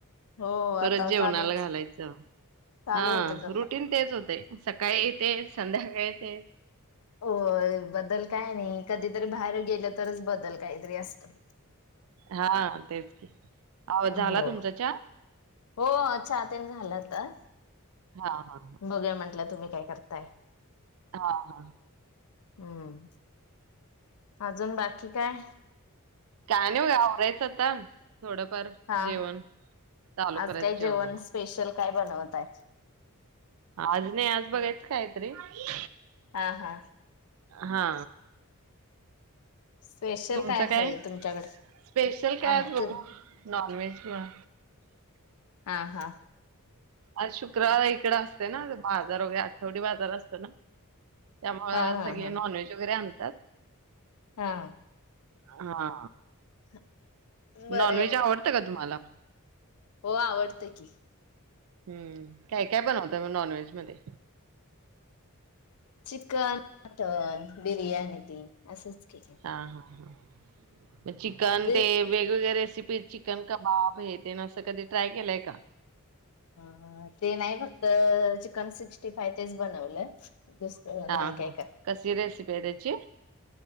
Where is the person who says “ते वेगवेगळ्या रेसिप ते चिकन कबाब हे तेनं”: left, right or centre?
Right